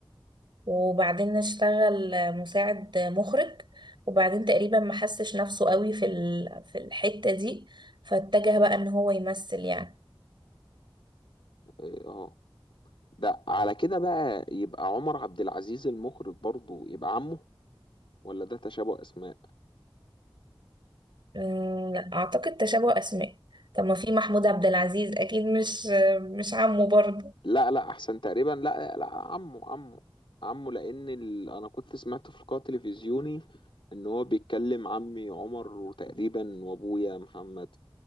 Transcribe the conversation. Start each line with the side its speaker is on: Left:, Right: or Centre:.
Right: وبعدين اشتغل مساعد مخرج وبعدين تقريبا ما حسش نفسه قوي في ال- في الحتة دي فاتجه بقى ان هو يمثل يعني
Left: إيه، اه ده على كده بقى يبقى عمر عبد العزيز المخرج برضو يبقى عمه ولا ده تشابه اسماء
Right: أمم، لا، اعتقد تشابه اسماء طب ما في محمود عبد العزيز اكيد مش مش عمه برضه
Left: لا لا احسن تقريبا لا لا عمه عمه عمه لان ال... انا كنت سمعت في لقاء تلفزيوني ان هو بيتكلم عمي عمر وتقريبا وابويا محمد